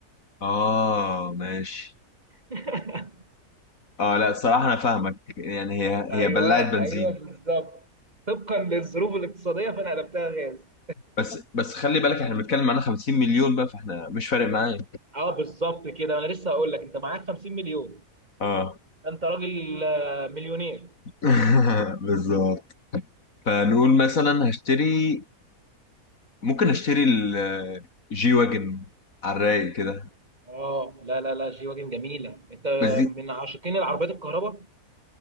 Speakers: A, on the left; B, on the right.
A: اه ماشي
B: <laughs>
A: اه لا الصراحه انا فاهمك يعني هي
B: ايوه
A: هي بلعت بنزين
B: ايوه بالظبط طبقا للظروف الاقتصاديه فانا قلبتها غاز
A: بس بس خلي بالك احنا بنتكلم عن 50 مليون بقى فاحنا مش فارق معايا
B: اه بالظبط كده انا لسه هقول لك انت معاك 50 مليون
A: اه
B: انت راجل آه، مليونير
A: <laughs> بالظبط فنقول مثلا هشتري ممكن اشتري الجي واجن على الرايق كده
B: اه لا لا لا جي واجن جميله انت
A: بس دي
B: من عاشقين العربيات الكهرباء